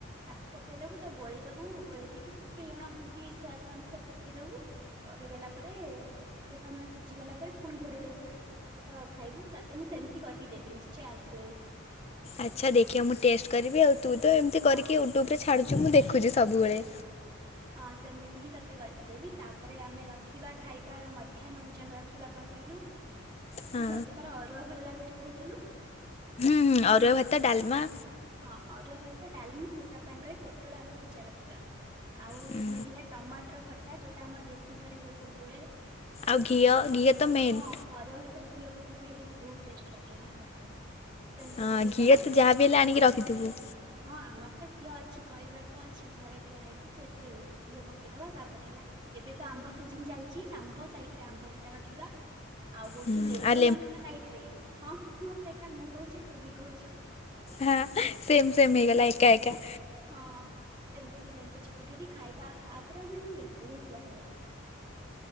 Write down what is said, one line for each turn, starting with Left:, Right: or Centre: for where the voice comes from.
Right: ତାକୁ ପକେଇଦବୁ, ତାକୁ ଗୋଳେଇ ଦବୁ, ଗୋଳେଇ ଦେଇକି ଟିକେ ଲୁଣ ହଳଦୀ ସ୍ୱାଦ ଅନୁସାରେ ପକେଇଦବୁ। ପକେଇଦେଲା ପରେ, ଟିକେ ସମୟ ସିଝିଗଲା ପରେ ଫୁଣି ଘୋଡେଇ ଦବୁ ଥରେ। ତ ଖାଇବୁ, ତତେ ମୁଁ ସେମିତି କରିକି ଦେବି ନିଶ୍ଚୟ ଆସିଲେ।
Left: ଆଚ୍ଛା, ଦେଖିବା ମୁଁ ଟେଷ୍ଟ କରିବି ଆଉ।। ତୁ ତ ଏମିତି
Right: ହଁ
Left: କରିକି ୟୁଟ୍ୟୁବ୍ ରେ ଛାଡୁ଼ଛୁ, ମୁ ଦେଖୁଛି ସବୁବେଳେ।
Right: ହଁ, ସେମିତି ହିଁ ତତେ କରିକି ଦେବି। ତାପରେ ଆମେ ରଖିବା ଖାଇବା ମଧ୍ୟାହ୍ନ ଭୋଜନ ଦେଖିବା କଣ କହିଲୁ,
Left: ହଁ
Right: ତତେ ପାରା ଅରୁଆ ଭଲ ଲାଗେ ତୁ କହୁଥିଲୁ?
Left: ହୁଁ, ଅରୁଆ ଭାତ, ଡା଼ଲମା
Right: ହଁ, ଅରୁଆ ଭାତ, ଡା଼ଲମା ଆଉ ତା ସାଙ୍ଗରେ ପୋଟଳ ଆଳୁ ଭଜା ରଖିବା। ଆଉ
Left: ହୁଁ,
Right: ହେଲା ଟମାଟର ଖଟା, ଯୋଉଟା ଆମ ଦେଶୀ ଘରେ ହୁଏ ସବୁବେଳେ।
Left: ଆଉ ଘିଅ, ଘିଅ ତ ମେନ୍।
Right: ହଁ ଅରୁଆ ଭାତରେ ଘିଅ ପକେଇକି ଖାଇଲେ ବି ବହୁତ ଟେଷ୍ଟ ଲାଗେ, ହଁ ସତ କଥା। ସେମିତି
Left: ହଁ,
Right: ପକେଇଦବା
Left: ଘିଅ ତୁ ଯାହାବି ହେଲେ ଆଣିକି ରଖିଥିବୁ।
Right: ହଁ, ଆମର ତ ଘିଅ ଅଛି, କହିବାର କଣ ଅଛି, ଘରେ ଥୁଆ ହେଇଛି। ସେଠି ଘିଅ ପକେଇଦବା, ତାପରେ ହେଲା ଏବେ ତ ଆମ୍ବ ସିଜିିନ୍ ଚାଲଚି, ଆମ୍ବ ସାଇଟ୍ ରେ ଆମ୍ବ ଦିଟା ରଖିବା। ଆଉ ହଉଛି
Left: ହୁଁ
Right: ଲେମ୍ବୁ,
Left: ଆଉ
Right: ଲଙ୍କା ସାଇଟ୍ ରେ, ହଁ ହଁ, ସେଇଟା ମୁଁ କହୁଛି ତୁ ବି କହୁଛୁ।
Left: ହଁ, ସେମ୍ ସେମ୍ ହେଇଗଲା ଏକା ଏକା।
Right: ହଁ ସେମିତି ଲେମ୍ବୁ ଚିପୁଡ଼ି ଦେଇକି ଖାଇବା। ଆହାଃ, ପୁରା ମାନେ ବହୁତ ବଢି଼ଆ ଲାଗିବ।